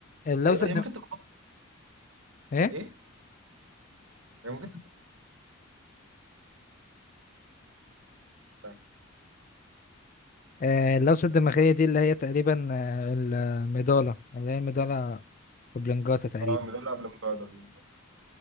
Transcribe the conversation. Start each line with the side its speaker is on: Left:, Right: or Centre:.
Left: اللوزة
Right: هي هي
Left: الدم...
Right: ممكن تبقى خط-
Left: إيه؟
Right: ايه هي ممكن تبقى
Left: آه، اللوسة الدماغية دي اللي هي تقريبا آه، المضالة اللي هي المضالة وبلنجاتا تقريبا
Right: اه مدلع قبل المجاعدة دي مش عارف